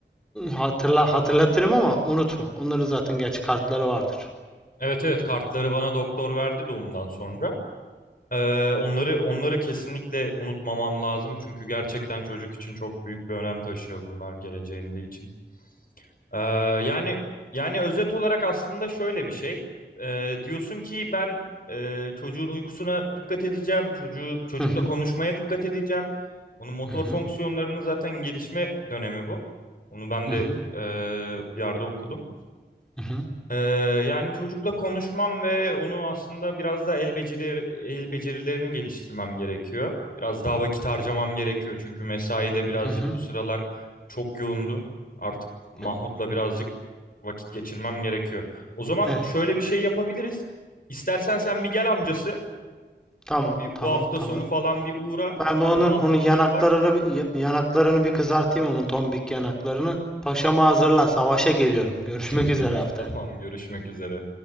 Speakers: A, in the centre; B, on the left.
A: hatırla, hatırlatırım ama unutma. Onların zaten gerçi kartları vardır.
B: Evet evet kartları bana doktor verdi doğumdan sonra. Ee, onları onları kesinlikle unutmamam lazım çünkü gerçekten çocuk için çok büyük bir önem taşıyor bunlar geleceğinde için. Ee, yani yani özet olarak aslında şöyle bir şey. Ee, diyorsun ki ben e, çocuğun uykusuna dikkat edeceğim, çocuğu çocukla
A: Hı hı.
B: konuşmaya dikkat edeceğim. Onun motor
A: Hı hı.
B: fonksiyonlarının zaten gelişme dönemi bu. Onu ben
A: Hı
B: de
A: hı.
B: e, bir yerde okudum.
A: Hı hı.
B: Ee, yani çocukla konuşmam ve onu aslında biraz da el becerileri, el becerilerini geliştirmem gerekiyor. Biraz daha vakit harcamam gerekiyor çünkü mesai de birazcık
A: Hı hı.
B: bu sıralar çok yoğundu. Artık Mahmut'la
A: E-
B: birazcık vakit geçirmem gerekiyor. O zaman
A: Evet.
B: şöyle bir şey yapabiliriz. İstersen sen bir gel amcası.
A: Tamam.
B: Bir,
A: Tamam.
B: bu hafta
A: Tamam.
B: sonu falan bir uğra.
A: Ben bu onun
B: Bir Mahmut'la
A: onun yanaklarını
B: bir bak.
A: bir- ya- yanaklarını bir kızartayım onun tombik yanaklarını. Paşama hazırla. Savaşa geliyorum. Görüşmek
B: <laughs>
A: üzere haftaya.
B: Tamam, görüşmek üzere.